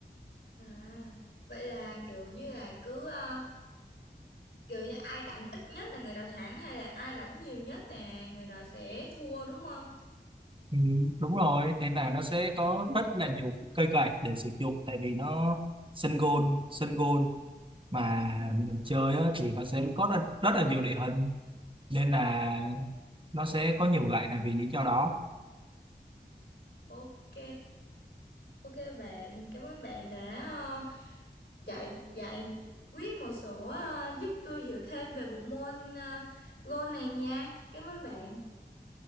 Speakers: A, on the left; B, on the right.
A: à vậy là kiểu như là cứ ờ, kiểu như ai đánh ít nhất là người đó thắng hay là ai đánh nhiều nhất là người đó sẽ thua đúng không
B: Ừ, đúng rồi nên là nó sẽ có rất là nhiều cây gậy để sử dụng tại vì nó sân gôn sân gôn mà mình chơi á, thì nó sẽ có rất, rất là nhiều địa hình nên là nó sẽ có nhiều gậy là vì lý do đó
A: ok Ok bạn, cảm ơn bạn đã ờ, dạy dạy quyết một số ờ, giúp tôi hiểu thêm về bộ môn uh, golf này nha. Cảm ơn bạn.